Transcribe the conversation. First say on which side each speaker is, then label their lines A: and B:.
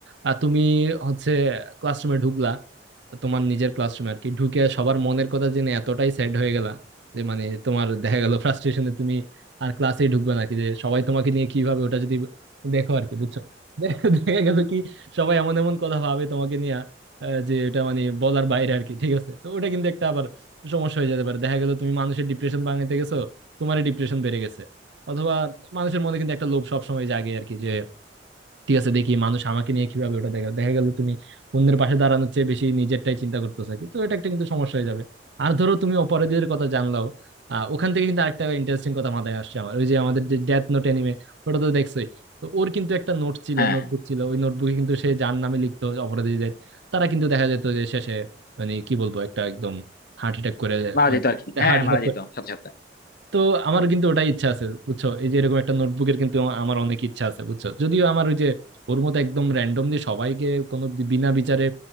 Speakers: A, on the right (about 75°); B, on the left (about 55°).
A: আহ, তুমি হচ্ছে ক্লাসরুমে ঢুকলা তোমার নিজের ক্লাসরুমে আর কি ঢুকে সবার মনের কথা জেনে এতটাই স্যাড হয়ে গেলা যে মানে তোমার দেখা গেল ফ্রাস্ট্রেশনে তুমি আর ক্লাসে ঢুকবে না কি যে সবাই তোমাকে নিয়ে কিভাবে ওটা যদি দেখো আর কি বুঝছো <laughs> দেখা দেখা গেল কি সবাই এমন এমন কথা ভাবে তোমাকে নিয়ে আহ, যে এটা মানে বলার বাইরে আর কি ঠিক আছে তো ওটা কিন্তু একটা আবার সমস্যা হয়ে যেতে পারে দেখা গেল তুমি মানুষের ডিপ্রেশন ভাঙাতে গেছো তোমারই ডিপ্রেশন বেড়ে গেছে অথবা মানুষের মনে কিন্তু একটা লোভ সবসময় জাগে আর কি যে ঠিক আছে দেখি মানুষ আমাকে নিয়ে কিভাবে ওটা দেখা দেখা গেল তুমি অন্যের পাশে দাঁড়ানোর চেয়ে বেশি নিজেরটাই চিন্তা করতেছো কি তো এটা একটা কিন্তু সমস্যা হয়ে যাবে আর ধরো তুমি অপরাধীদের কথা জানলাও আহ ওখান থেকে কিন্তু আরেকটা ইন্টারেস্টিং কথা মাথায় আসছে আমার ওই যে আমাদের যে ডেথ নোট অ্যানিমে ওটা তো দেখছোই তো ওর কিন্তু একটা নোট ছিল
B: হ্যাঁ
A: নোটবুক ছিল ওই নোটবুকে কিন্তু সে যার নামে লিখতো অপরাধীদের তারা কিন্তু দেখা যেত যে শেষে মানে কি বলবো একটা একদম হার্ট অ্যাটাক করে
B: মারা
A: মানে
B: যেত আর কি হ্যাঁ
A: হার্ট
B: হ্যাঁ,
A: অ্যাটাক
B: মারা যেত
A: করে
B: সাথে সাথে
A: তো আমার কিন্তু ওটাই ইচ্ছা আছে বুঝছো এই যে এরকম একটা নোটবুকের কিন্তু আমার অনেক ইচ্ছা আছে বুঝছো যদিও আমার ওই যে ওর মতো একদম র্যান্ডমলি সবাইকে কোনো বি- বিনা বিচারে